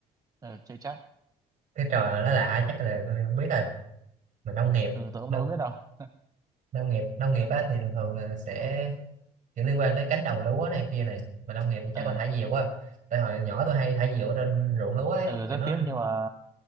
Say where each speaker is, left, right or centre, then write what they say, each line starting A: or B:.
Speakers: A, on the right; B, on the right.
A: Ừ, chơi chắc
B: cái trò nó lạ chắc là tôi không biết rồi mà nông nghiệp
A: Ừ, tôi cũng
B: nông
A: đâu có biết đâu <laughs>
B: nông nghiệp nông nghiệp á thì thường thường là sẽ kiểu liên quan tới cánh đồng lúa này kia này mà nông nghiệp thì chắc
A: Ừ,
B: là thả diều quá tại hồi nhỏ tôi hay thả diều ở trên ruộng lúa ấy
A: ừ
B: kiểu
A: rất
B: nó
A: tiếc nhưng mà